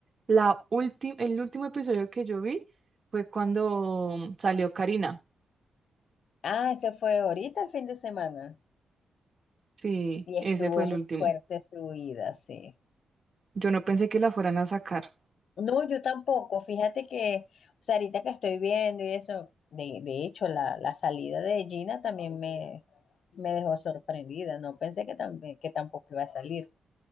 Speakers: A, on the right; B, on the left.
A: La última, el último episodio que yo vi fue cuando salió Karina.
B: Ah, ese fue ahorita el fin de semana.
A: Sí,
B: Y estuvo
A: ese fue el
B: muy
A: último.
B: fuerte su vida, sí.
A: Yo no pensé que la fueran a sacar.
B: No, yo tampoco. Fíjate que, o sea, ahorita que estoy viendo y eso, de, de hecho, la, la salida de Gina también me, me dejó sorprendida. No pensé que, también, que tampoco iba a salir.